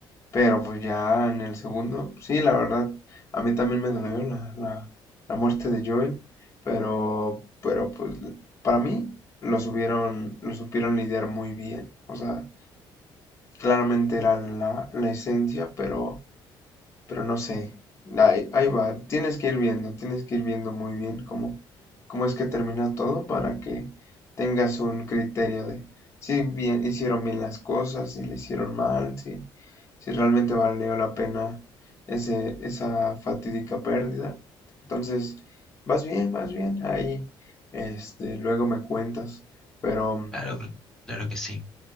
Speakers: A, on the left; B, in the centre.
A: pero pues ya en el segundo, sí, la verdad, a mí también me dolió la, la, la muerte de Joel, pero, pero pues para mí lo supieron, lo supieron lidiar muy bien. O sea, claramente era la, la esencia, pero pero no sé, ahí, ahí va, tienes que ir viendo, tienes que ir viendo muy bien cómo, cómo es que termina todo para que tengas un criterio de si bien hicieron bien las cosas, si le hicieron mal, si, si realmente valió la pena ese, esa fatídica pérdida. Entonces, vas bien, vas bien, ahí, este, luego me cuentas. Pero
B: Claro, claro que sí.